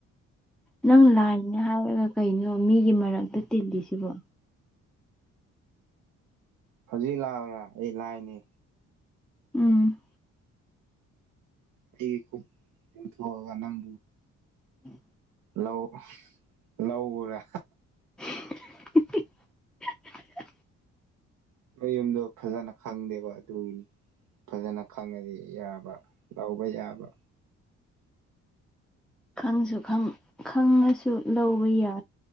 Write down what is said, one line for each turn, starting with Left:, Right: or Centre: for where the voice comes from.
Centre: ꯅꯪ ꯂꯥꯏꯅꯦ ꯍꯥꯏꯔꯒ ꯀꯩꯅꯣ ꯃꯤꯒꯤ ꯃꯔꯛꯇ ꯇꯤꯜꯂꯤꯁꯤꯕꯣ
Right: ꯍꯧꯖꯤꯛ ꯂꯥꯛꯑ꯭ꯔꯥ ꯑꯩ ꯂꯥꯏꯅꯦ
Centre: ꯎꯝ
Right: ꯑꯩꯒꯤ ꯈꯨ ꯇꯤꯡꯊꯣꯛꯑꯒ ꯅꯪ
Centre: ꯎꯝ
Right: ꯂꯧ ꯂꯧ ꯎꯔꯦ
Centre: <inaudible>
Right: ꯃꯌꯨꯝꯗꯣ ꯐꯖꯅ ꯈꯪꯗꯦꯕ ꯑꯗꯨꯒꯤ ꯐꯖꯅ ꯈꯪꯉꯗꯤ ꯌꯥꯕ ꯂꯥꯎꯕ ꯌꯥꯕ
Centre: ꯈꯪꯁꯨ ꯈꯪ ꯈꯪꯉꯁꯨ ꯂꯧꯕ ꯌꯥ